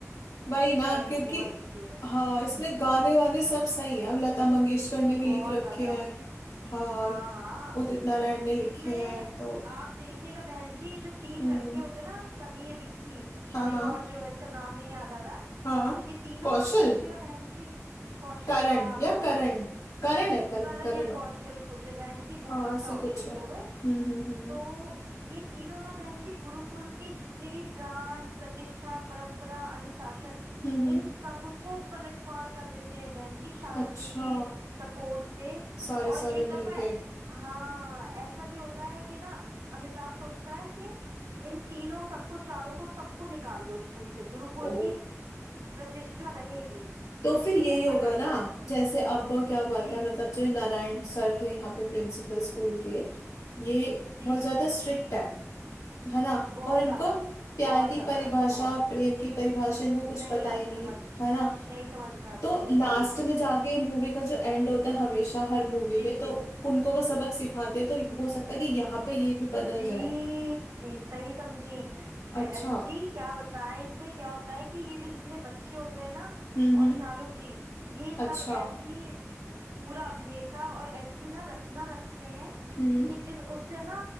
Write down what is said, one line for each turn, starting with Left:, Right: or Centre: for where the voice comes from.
Left: वही
Right: ये
Left: ना
Right: तो बहन
Left: क्योंकि
Right: जी बहुत अच्छी है
Left: हाँ इसमें गाने वाने सब सही है अब लता मंगेशकर ने भी
Right: बहुत
Left: लिख रखे
Right: ज्यादा
Left: हैं हाँ
Right: हाँ हाँ
Left: उदित नारायण ने लिखे
Right: इसमें
Left: हैं तो
Right: आप देखिएगा बहन जी ये जो तीन
Left: हम्म
Right: लड़के होते हैं ना समीर विक्की
Left: हाँ
Right: और एक
Left: हाँ
Right: और जो है इसका नाम नहीं याद आ रहा
Left: हाँ
Right: ये तीनों
Left: कौशल
Right: आप देखिएगा बहन जी कौशल
Left: करण
Right: हाँ हाँ
Left: या
Right: कौशल
Left: करण करण है करण
Right: करण
Left: करण
Right: या
Left: हो
Right: कौशल कुछ है, बहन जी बहुत
Left: हाँ
Right: अरसा
Left: ऐसा
Right: हो गया
Left: कुछ
Right: देखे
Left: है हम्म
Right: हुए
Left: हम्म हम्म
Right: तो ये तीनों ना बहन जी गुरुकुल के जितने भी प्राण प्रतिष्ठा परंपरा अनुशासन
Left: हम्म हम्म
Right: इन सब को पलटवार कर देते हैं बहन जी शाहरुख
Left: अच्छा
Right: जी के सपोर्ट से
Left: सारे
Right: और
Left: सारे
Right: एक
Left: मिलके
Right: दफा हाँ ऐसा भी होता है कि ना अमिताभ सोचता है कि इन तीनों सबको चारों को सबको निकाल दो स्कूल से गुरुकुल
Left: ओ
Right: की प्रतिष्ठा रहेगी
Left: तो फिर
Right: तो
Left: यही
Right: ऐसा
Left: होगा
Right: करते
Left: ना
Right: हैं
Left: जैसे अब क्या बात
Right: जी
Left: है मतलब जो ये नारायण सर थे यहाँ पे प्रिंसिपल स्कूल के ये
Right: जी
Left: बहुत ज्यादा स्ट्रिक्ट है है ना
Right: बहुत
Left: और इनको
Right: ज्यादा
Left: प्यार
Right: बहुत
Left: की
Right: ज्यादा
Left: परिभाषा
Right: बहुत ज्यादा
Left: प्रेम की परिभाषा इनको कुछ
Right: नहीं
Left: पता
Right: आती
Left: ही नहीं
Right: समझ
Left: है ना
Right: नहीं समझ में आती
Left: तो
Right: बिल्कुल
Left: लास्ट
Right: भी
Left: में जाके मूवी का जो एंड होता है हमेशा हर मूवी
Right: जी
Left: में तो
Right: जी
Left: उनको वो सबक सिखाते हैं, तो हो सकता है कि यहाँ पे ये भी बदल
Right: जी
Left: जाए
Right: सही समझी बहन
Left: अच्छा
Right: जी क्या बताएं इसमें क्या होता है कि ये जो जितने बच्चे होते हैं ना
Left: हम्म
Right: और
Left: हम्म
Right: शाहरुख जी ये
Left: अच्छा
Right: सब ऐसी पूरा अभिनेता और ऐसी ना रचना रचते हैं
Left: हम्म
Right: कि जिस उससे ना